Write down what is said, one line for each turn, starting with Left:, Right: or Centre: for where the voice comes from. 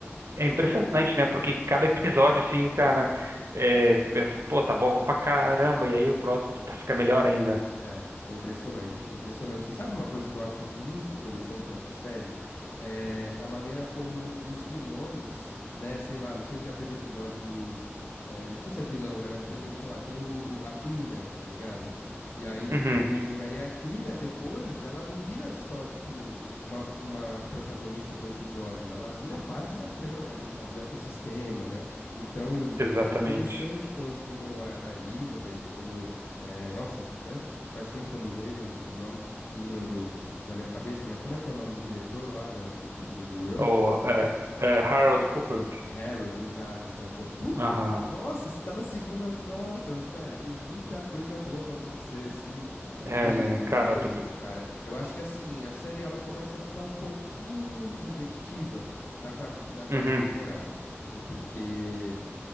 Right: é impressionante, né? Porque cada episódio, assim, cara, é, tu pensa, pô, tá bom pra caramba, e aí o próximo tá- fica melhor ainda.
Left: É, é impressionante, é impressionante. E sabe uma coisa que eu acho muito interessante nessa série? É a maneira como os vilões, né, sei lá, não sei se já teve episódio do. é, não sei se é vilão, né? Mas, por exemplo, sei lá, tem o, o- a Cleaner, tá ligado? E aí, tipo,
Right: Uhum,
Left: aí a Cleaner depois, ela não vira só, tipo, uma, uma protagonista do episódio, ela vira parte da trama ali, sabe, do ecossistema, né? Então,
Right: exatamente.
Left: é interessante quando, como a, a Elizabeth, como. É, nossa, até faz tempo que eu não vejo, os, os nomes sumiram do, da minha cabeça, mas como é que é o nome do diretor lá da- do, Bi- do Bureau?
Right: Ou é, é, Harold Cooper?
Left: Harold, exato. Então, como. Puta!
Right: Aham,
Left: Nossa, você tá na segunda. Nossa, velho, tem muita coisa boa pra acontecer, assim.
Right: é,
Left: Mesmo,
Right: né? Cara,
Left: mesmo,
Right: eu tô doido.
Left: cara. Eu acho que assim, a série ela começa a ficar um pouquinho repetitiva na quarta, na quarta
Right: Uhum,
Left: temporada. no- Porque.